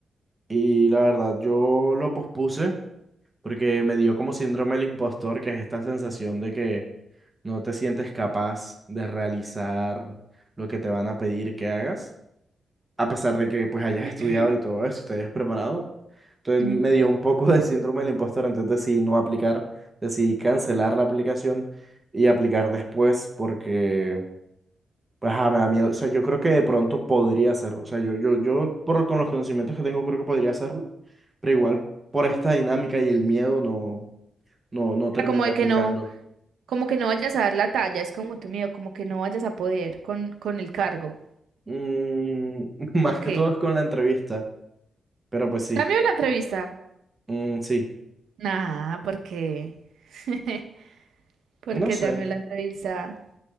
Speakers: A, on the right; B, on the right.
A: y la verdad yo lo pospuse porque me dio como síndrome del impostor, que es esta sensación de que no te sientes capaz de realizar lo que te van a pedir que hagas, a pesar de que pues hayas
B: <clears throat>
A: estudiado y todo eso y te hayas preparado. Entonces
B: Mm,
A: me dio un poco de síndrome del impostor, entonces decidí no aplicar, decidí cancelar la aplicación y aplicar después porque pues ajá, me da miedo. O sea, yo creo que de pronto podría hacerlo. O sea, yo, yo, yo por, con los conocimientos que tengo creo que podría hacerlo, pero igual por esta dinámica y el miedo no. No, no
B: o
A: terminé
B: sea, Como de
A: aplicando.
B: que no, como que no vayas a dar la talla, es como tu miedo, como que no vayas a poder con, con el cargo.
A: Mm, <laughs> más
B: Ok.
A: que todo es con la entrevista, pero pues sí,
B: Cambio la entrevista.
A: Mm, sí,
B: Nada, porque, <laughs> porque
A: no sé,
B: ya me la entrevista.